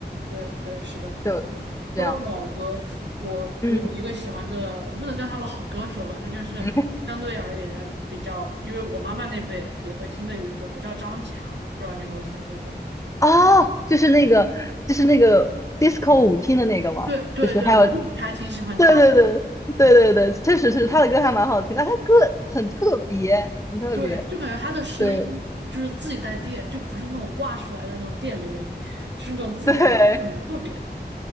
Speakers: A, on the right (about 85°); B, on the left (about 15°).
A: 对对，是的。
B: 就这样子。
A: 说到老歌，我我有一个喜欢的，
B: 嗯
A: 不能叫他老歌手吧，那就是相对而言比较，
B: 嗯，
A: 因为我妈妈那辈也会听的一个歌手叫张强，不知道你有没有听说过？
B: 啊，就是那个，就是那个 disco 舞厅的那个嘛，
A: 对对对，
B: 就是还有，
A: 我就还挺喜欢他。
B: 对对对对对对，确实是他的歌还蛮好听，但他歌很特别，很特别。
A: 对，就感觉他的声音就是自己带电，
B: 对
A: 就不是那种挂出来的那种电流音，就是那种自己带电，
B: 对
A: 就很特别